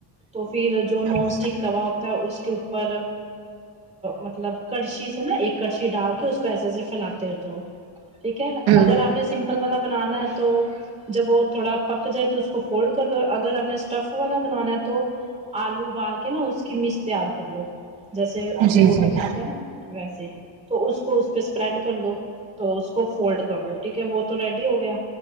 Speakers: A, on the right; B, on the right.
A: تو پھر جو نون
B: ہوں
A: اسٹک توا ہوتا ہے اس کے اوپر مطلب کڑچی سے نا ایک کڑچی ڈال کے اس کو ایسے ایسے پھیلاتے جاو ٹھیک ہے اگر
B: ہوں
A: آپ نے سمپل والا بنانا ہے تو جب وہ تھوڑا پک جائے تو اس کو فولڈ کر لو اگر ہمپ نے اسٹف والا بنانا ہے تو تو آلو ابال کے نا اس کی مچ تیار کر لو جیسے
B: ہوں جی
A: روٹی
B: جی ہوں
A: بناتے ہیں نا ویسے تو اس کو اس پہ اسپریڈ کر دو تو اس کو فولڈ کر لو ٹھیک ہے وہ تو ریڈی ہو گیا